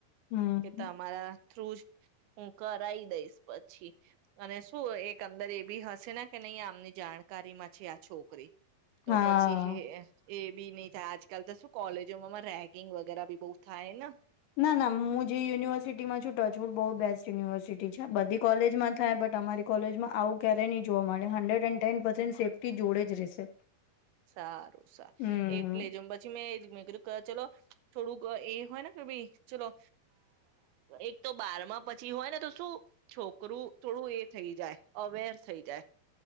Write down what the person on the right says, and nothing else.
કે તો અમારા. થ્રુ જ હું કરી દઈશ પછી અને શું એક અંદર એ બી હશે ને કે નહી આમની જાણકારી માં છે આ છોકરી. તો
પછી હ. એ બી નહી થાય આજકાલ તો શું કોલેજોમાં રેકિંગ વગેરે બી બહુ થાય ને.
સારું-સારું
એટલે જેમ પછી મેં મે કીધું ચલો. થોડુંક એ હોય ને કે ભાઈ ચલો એક તો બારમાં પછી હોય ને તો શું છોકરું થોડું એ થઈ જાય અવેર થઈ જાય.